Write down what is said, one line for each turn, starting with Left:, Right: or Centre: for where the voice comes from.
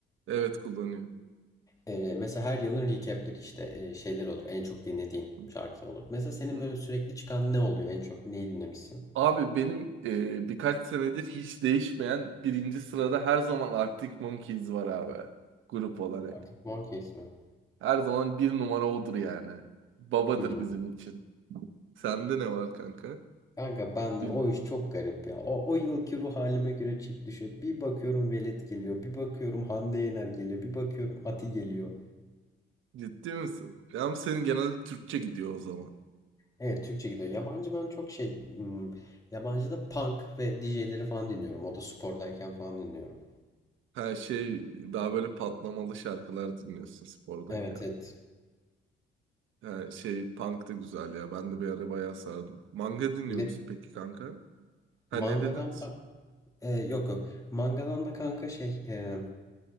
Right: Evet kullanıyor.
Left: Ee, mesela her yılın recap'leri işte e, şeyler olur. En çok dinlediğin
Right: Hı
Left: şarkılar olur. Mesela senin
Right: hı.
Left: böyle sürekli çıkan ne oluyor? En çok neyi dinlemişsin?
Right: Abi benim e, birkaç senedir hiç değişmeyen birinci sırada her zaman Arctic Monkeys var abi. Grup olarak.
Left: Artık Monkeys mi?
Right: Her zaman bir numara odur yani. Babadır
Left: Hmm.
Right: bizim için. Sende ne var kanka?
Left: Kanka ben
Right: Bilmiyorum.
Left: de o iş çok garip ya. O, o yılki ruh halime göre çık düşüyor. Bir bakıyorum Velet geliyor. Bir bakıyorum Hande Yener geliyor. Bir bakıyorum Ati geliyor.
Right: Ciddi misin? Yani senin genelde Türkçe gidiyor o zaman.
Left: Evet Türkçe gidiyor. Yabancı ben çok şey... Hmm, yabancı da punk ve DJ'leri falan dinliyorum. O da spordayken falan dinliyorum.
Right: Ha şey daha böyle patlamalı şarkılar dinliyorsun spordayken.
Left: Evet evet.
Right: Ha şey punk da güzel ya. Ben de bir ara bayağı sardım. Manga dinliyor
Left: Ne,
Right: musun peki kanka? Ha
Left: Mangadan
Right: ne dedin?
Left: kan e, yok yok. Mangadan da kanka şey e,